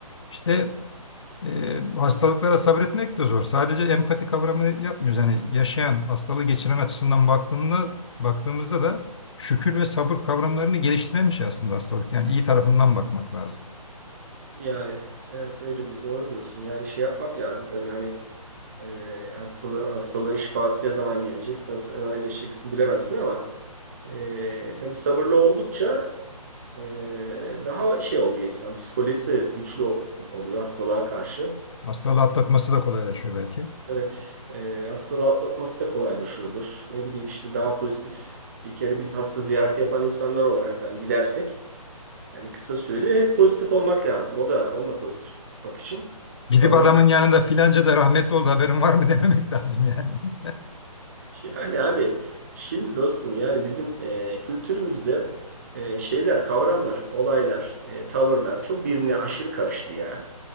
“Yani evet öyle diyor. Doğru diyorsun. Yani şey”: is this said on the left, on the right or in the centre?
Right